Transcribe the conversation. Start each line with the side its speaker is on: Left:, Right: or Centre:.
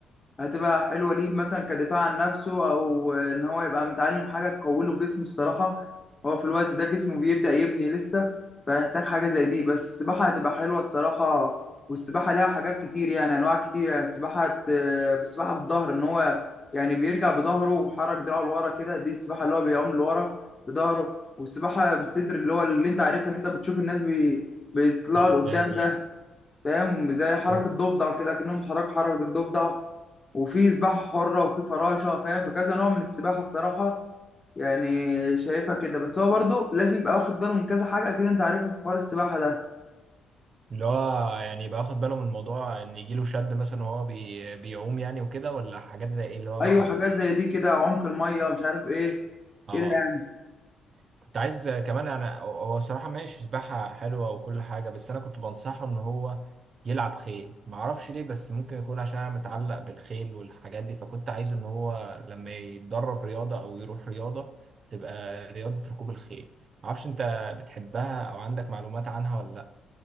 Left: هتبقى حلوة ليه مثلا كدفاع عن نفسه أو إن هو يبقى متعلم حاجة تقوي له جسمه الصراحة هو في الوقت ده جسمه بيبدأ يبني لسه فيحتاج حاجة زي دي بس السباحة هتبقى حلوة الصراحة والسباحة ليها حاجات كتير يعني أنواع كتير يعني السباحة هت- السباحة بالظهر إن هو يعني بيرجع بظهره وحرك دراعه لورا كده دي السباحة اللي هو بيعوم لورا بظهره والسباحة بالصدر اللي هو اللي انت عارفها اللي انت بتشوف الناس بي... بيطلعوا
Right: اللي قدام
Left: لقدام
Right: ايوه
Left: ده فاهم زي حركة
Right: مظبوط
Left: ضفدع كده كأنهم حركوا حركة الضفدع وفي سباحة حرة وفي فراشة فاهم فكذا نوع من السباحة الصراحة يعني شايفها كده بس هو برضه لازم يبقى واخد باله من كذا حاجة أكيد أنت عارفهم في حوار السباحة ده
Right: اللي هو يعني يبقى واخد باله من الموضوع ان يجيله شد مثلا وهو بي بيعوم يعني وكده ولا حاجات زي ايه اللي هو
Left: أيوة
Right: مثلا
Left: حاجات زي دي كده عمق المية مش عارف إيه
Right: اه
Left: كده يعني
Right: كنت عايز كمان انا هو صراحة ماشي سباحة حلوة وكل حاجة بس انا كنت بنصحه ان هو يلعب خيل معرفش ليه بس ممكن يكون عشان انا متعلق بالخيل والحاجات دي فكنت عايزه ان هو لما يتدرب رياضة او يروح رياضة تبقى رياضة ركوب الخيل معرفش انت بتحبها او عندك معلومات عنها ولا